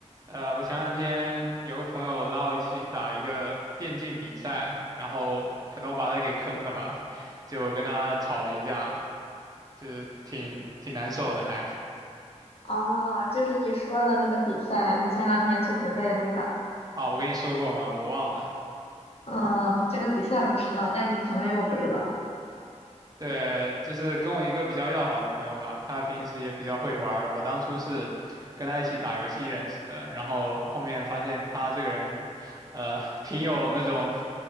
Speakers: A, on the right; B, on the left.
A: 呃，我前两天有个朋友拉我一起去打一个电竞比赛，然后可能我把他给坑了吧，就跟他吵了一架，就是挺挺难受的还。
B: 哦，就是你说的那个比赛，你前两天去准备的那个，
A: 啊，我跟你说过吗？我忘了。
B: 嗯，这个比赛我知道，但你朋友我不知道。
A: 对，就是跟我一个比较要好的朋友吧，他平时也比较会玩儿我当初是跟他一起打游戏认识的，然后后面发现他这个人，呃，挺有那种。